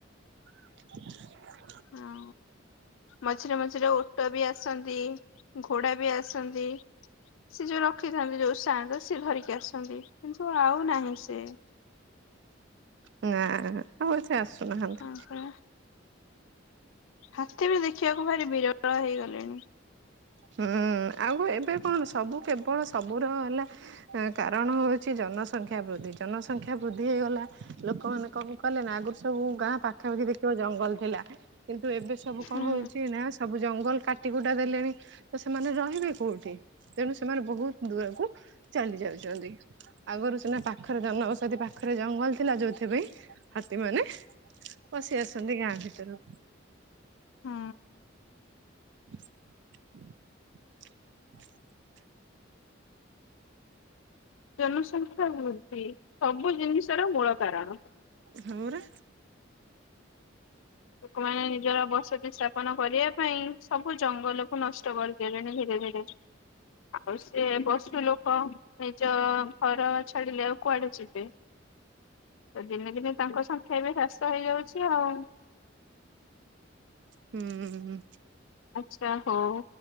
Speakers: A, on the right; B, on the left.
A: <unintelligible>
B: ହଁ ମଝିରେ ମଝିରେ ଓଟ ବି ଆସନ୍ତି। ଘୋଡା ବି ଆସନ୍ତି, ସେ ଯୋଉ ର ରଖିଥାନ୍ତି ଯୋଉ ସାଆନ୍ତ ସେ ଧରିକି ଆସନ୍ତି, କିନ୍ତୁ ଆଉ ନାହିଁ ସେ।
A: ନାଁ ଆଉ ସେ ଆସୁନାହାନ୍ତି।
B: ହୁଁ ହୁଁ ହାତୀ ବି ଦେଖିବାକୁ ଭାରି ବିରଳ ହେଇଗଲେଣି।
A: ହୁଁ ଆଉ ଏବେ କଣ ସବୁ କେବଳ ସବୁ ର ହେଲା କାରଣ ହେଉଛି ଜନସଂଖ୍ୟା ବୃଦ୍ଧି, ଜନସଂଖ୍ୟା ବୃଦ୍ଧି ହେଇଗଲା, ଲୋକମାନେ କଣ କଲେ ନା ଆଗରୁ ସବୁ ଗାଁ ପାଖାପାଖି ଦେଖିବ ଜଙ୍ଗଲ ଥିଲା, କିନ୍ତ ତୁ ଏବେ ସବୁ
B: ହୁଁ।
A: କଣ ହଉଛି ନା ସବୁ ଜି ଜଙ୍ଗଲ୍ କାଟି କୁଟା ଦେଲେଣି, ତ ସେମାନେ ରହିବେ କୋଉ, ଠି ତେଣୁ ସେମାନେ ବହୁତ୍ ଦୂରକୁ ଚାଲି ଯାଉଛନ୍ତି, ଆଗରୁ ସିନା ପାଖରେ ଜନବସତି ପାଖ୍ ଖରେ ଜଙ୍ଗଲ୍ ଥିଲା, ଯୋଉଥିପାଇଁ ହାତୀମାନେ ପସିଆସନ୍ତି ଗାଁ ଭିତରକୁ।
B: ହଁ।
A: <inaudible>
B: ଜନସଂଖ୍ୟା ବୃଦ୍ଧି। ସବୁ ଜିନିଷର ମୂଳ କାରଣ।
A: ହଁ ପରା।
B: ଲୋକମାନେ ନିଜର ବସତି ସ୍ଥାପନ କରିବା ପାଇଁ ସବୁ ଜଙ୍ଗଲ ନଷ୍ଟ କରିଦେଲେଣି ଧୀରେ ଧୀରେ, ଆଉ ସିଏ ପଶୁ ଲୋକ ନିଜ ଘର ଛାଡ଼ିଲେ ଆଉ କୁଆଡେ ଯିବେ, ତ ଦିନେ ଦିନେ ତାଙ୍କ ସଂଖ୍ୟା ବି ହ୍ରାସ ହେଇଯାଉଛି ଆଉ।
A: ହୁଁ-ଉଁ।
B: ଆଚ୍ଛା ହଉ,